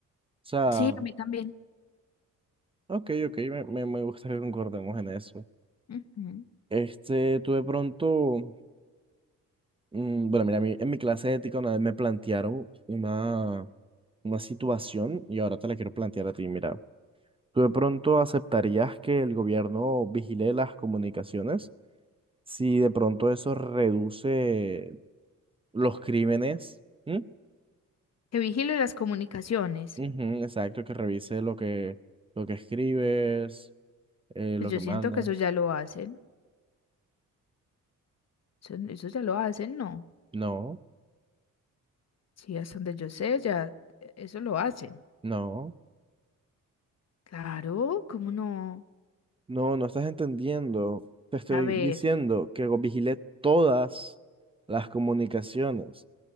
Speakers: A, on the right; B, on the left.
A: sea,
B: Sí, a mí también.
A: ok, ok, me, me, me gusta que concordemos en eso.
B: Ujú.
A: Este, tú de pronto, mm, bueno, mira, a mí- en mi clase de ética una vez me plantearon una, una situación y ahora te la quiero plantear a ti, mira. ¿Tú de pronto aceptarías que el gobierno vigile las comunicaciones si de pronto eso reduce los crímenes? ¿Mm?
B: Que vigile las comunicaciones.
A: Ujú, exacto, que revise lo que, lo que escribes, eh,
B: Pues
A: lo
B: yo
A: que
B: siento
A: mandas.
B: que eso ya lo hacen. Eso, eso ya lo hacen, ¿no?
A: No,
B: Sí, hasta donde yo sé, ya eh, eso lo hacen.
A: no,
B: Claro, ¿cómo no?
A: no, no estás entendiendo. Te estoy
B: A ver.
A: diciendo que go- vigile todas las comunicaciones.